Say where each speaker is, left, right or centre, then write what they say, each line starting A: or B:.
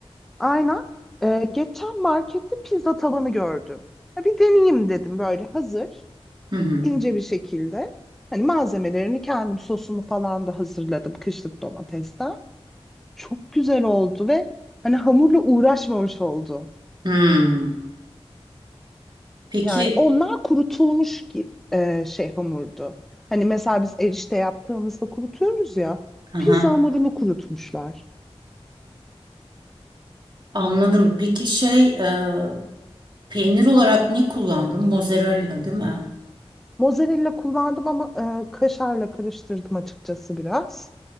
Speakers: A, in the centre; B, on the right.
A: Aynen. Ee, geçen markette pizza tabanı gördüm. Ha, bir deneyeyim dedim böyle hazır
B: Hı hı.
A: ince bir şekilde. Hani malzemelerini kendim sosunu falan da hazırladım kışlık domatesten. Çok güzel oldu ve hani hamurla uğraşmamış oldu.
B: Hmm. Peki
A: Yani onlar kurutulmuş ki e, şey hamurdu. Hani mesela biz erişte yaptığımızda kurutuyoruz ya.
B: aha,
A: Pizza hamurunu kurutmuşlar.
B: anladım. Peki şey e, peynir olarak ne kullandın? Mozzarella değil mi?
A: Mozzarella kullandım ama e, kaşarla karıştırdım açıkçası biraz.